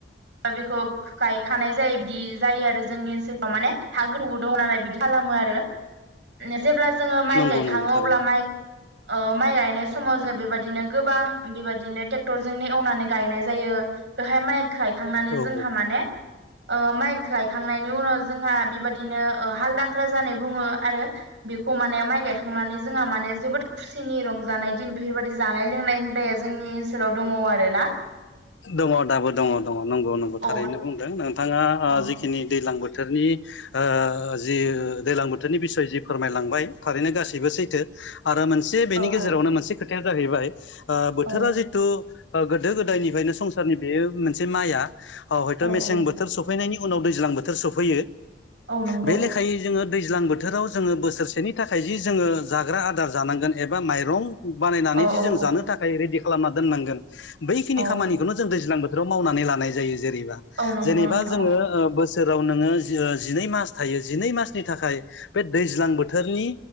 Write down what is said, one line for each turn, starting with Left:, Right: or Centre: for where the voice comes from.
Right: बेखौ गायखानाय जायो बिदि जायो आरो जोंनि ओनसोलफ्राव माने हा गोथौबो दं नालाय बिदि खाला मो आरो जेब्ला जोङो माइ
Left: नंगौ
Right: गायखाङो
Left: नंगौ थारैनो
Right: अब्ला माइ। ओ माइ गायनाय समाव जों बेबायदिनो गोबां बेबायदिनो ट्रेक्टरजोंनो एवनानै गायनाय जायो। बेहाय माइखौ गायखांनानै
Left: औ
Right: जोंहा
Left: औ
Right: माने ओ माइ गायखांनायनि उनाव जोंहा बेबायदिनो हालदांख्रा जानाय बुङो। आरो बेखौ माने माइ गायखांनानै जोंहा माने जोबोद खुसिनि रंजानाय दिन बेफोरबायदि जानाय लोंनाय हुदाया जों जोंनि ओनसोलाव दङ आरो ना।
Left: दङ दाबो दङ दङ नंगौ नंगौ थारैनो
Right: औ
Left: बुंदों नोंथाङा
Right: औ
Left: जिखिनि दैज्लां बो थोरनि ओ जि दै्लां बोथोरनि बिसय जि फोरमायलांबाय थारैनो गासैबो सैथो। आरो मोनसे बेनि
Right: औ
Left: गेजेरावनो मोनसे खोथाया जाहैबाय ओ बोथोरा
Right: औ
Left: जिथु गोदो गोदायनि संसारनि बे मोनसे माइया हयथ'
Right: औ
Left: मेसें
Right: औ
Left: बोथोर सफैनायनि उनाव दैज्लां बोथोर सफैयो।
Right: औ नंगौ
Left: बे लेखायै जोङो दैज्लां बोथोराव जोङो बोसोरसेनि थाखाय जि जोङो जाग्रा आदार जानांगोन एबा माइरं बानायनानै
Right: औ
Left: जि
Right: औ
Left: जों
Right: औ
Left: जानो थाखाय रेडि खालामना दोननांगोन बैखिनि
Right: औ
Left: खामानिखौनो जों दैज्लां बो थोराव मावनानै लानाय जायो जेरैबा
Right: औ नंगौ
Left: जेनेबा
Right: नोंथां
Left: जोङो
Right: औ
Left: बोसो राव नोङो जिनै मास थायो जिनै मासनि थाखाय बे दैज्लां बोथोरनि